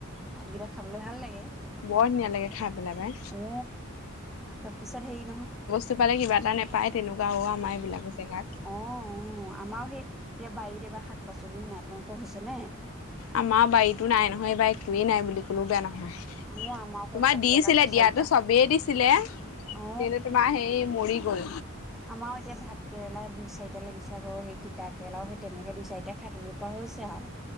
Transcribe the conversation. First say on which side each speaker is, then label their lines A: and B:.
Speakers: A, in the centre; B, on the left.
A: ভাতকেইটা খাবলে ভাল লাগে
B: বৰ ধুনীয়া লাগে খাই পেলাই পাই
A: উ তাৰ পিছত হেই নহ
B: চুপালেিবা এটা নাপায় তেনেকুৱাও আমাৰ এইবিলাকো জেগাত
A: অঁ অঁ আমাৰ সেই এতিয়া বাৰীত এবাৰ শাক পাচলিও নাই তোমালোকৰ হৈছেনে
B: আমাৰ বাৰীতো নাই নহয় এইব একোৱেই নাই বুলি কলেও বেয়া নহয়
A: অ আমাৰ অকল
B: তোমাৰ
A: ভাত
B: দিছিলে
A: কেৰেলা দুই চাৰিটা
B: দিয়াতো চবেই দিছিলে
A: অ
B: কিন্তু তোমাৰ সেই মৰি গ'ল
A: আমাৰো এতিয়া ভাত কেৰেলা দুই চাৰিটা লাগিছে আৌ সেই তিতা কেৰেলাও সেই তেনেকে দুই চাৰিটা খাই থাকিবলৈ পোৱা হৈছে আৰু